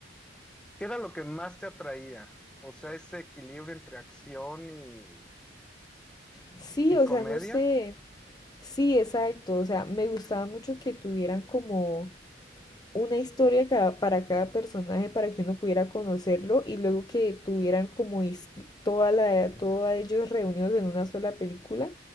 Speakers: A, in the centre; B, on the left.
A: ¿qué era lo que más te atraía? O sea, ese equilibrio entre acción y,
B: Sí,
A: y
B: o
A: comedia.
B: sea, no sé. Sí, exacto. O sea, me gustaba mucho que tuvieran como una historia cada- para cada personaje para que uno pudiera conocerlo y luego que tuvieran como his- toda la, todos ellos reunidos en una sola película,